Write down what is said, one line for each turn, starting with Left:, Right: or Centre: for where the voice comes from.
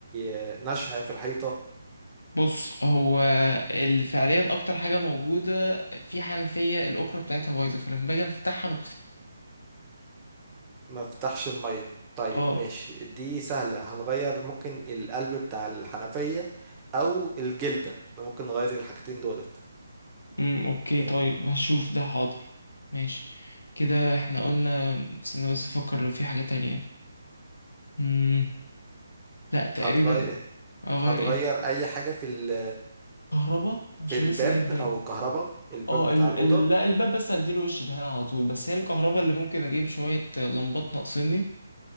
Right: آه، نشع في الحيطة
Left: بص هو اللي فعليا اكتر حاجه موجوده في حنفيه الاوكرا بتاعتها بايظه فلما باجي افتحها ما بتف...
Right: ما فتحش المية طيب
Left: اه
Right: ماشي دي سهلة هنغير ممكن القلب بتاع الحنفية او الجلدة احنا ممكن نغير الحاجتين دولت
Left: امم اوكي
Right: آه،
Left: طيب هشوف ده حاضر ماشي كده احنا قلنا استنى بس افكر لو في حاجه تانية امم لا تقريبا
Right: هتغير
Left: اغير
Right: هتغير
Left: ايه
Right: اي حاجة في ال
Left: كهرباء عشان
Right: في الباب
Left: لسه جاي في بالي
Right: او الكهرباء الباب
Left: اه
Right: بتاع
Left: ال...
Right: الأوضة
Left: ال... لا الباب بس هديله وش دهان على طول بس هي الكهرباء اللي ممكن اجيب شويه لمبات ناقصني